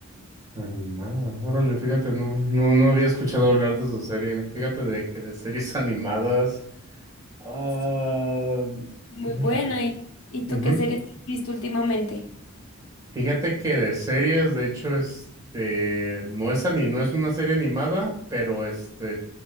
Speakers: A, on the right; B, on the left.
A: animada. Órale, fíjate, no, no, no había escuchado hablar de esa serie. Fíjate de que de series <laughs> animadas. Ah,
B: Sí. Muy
A: tienes
B: buena.
A: razón.
B: ¿Y, y
A: Ujú.
B: tú qué series has visto últimamente?
A: Fíjate que de series, de hecho, este, no es ani- no es una serie animada, pero este,